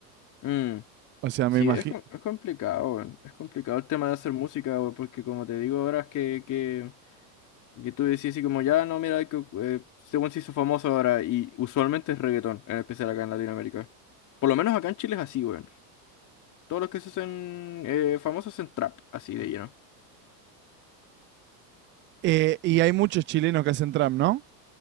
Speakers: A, on the left; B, on the right.
A: Mm,
B: O sea,
A: Sí,
B: me imagino.
A: es, com- es complicado, weón, Es complicado el tema de hacer música, weón, porque como te digo ahora es que, que, que tú decís así como, ya no, mira, hay que, eh, según se hizo famoso ahora, y usualmente es reggaetón, en especial acá en Latinoamérica. Por lo menos acá en Chile es así, weón. Todos los que se hacen eh, famosos en trap, así de lleno.
B: y hay muchos chilenos que hacen trap, ¿no?